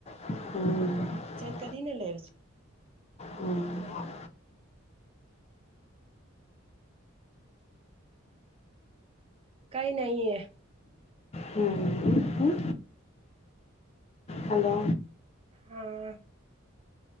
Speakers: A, on the left; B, on the right.
A: હમ.
B: કદીને લે વ છે.
A: હમ.
B: કઈ નહી હ
A: હમ, હમ. હલો,
B: હા.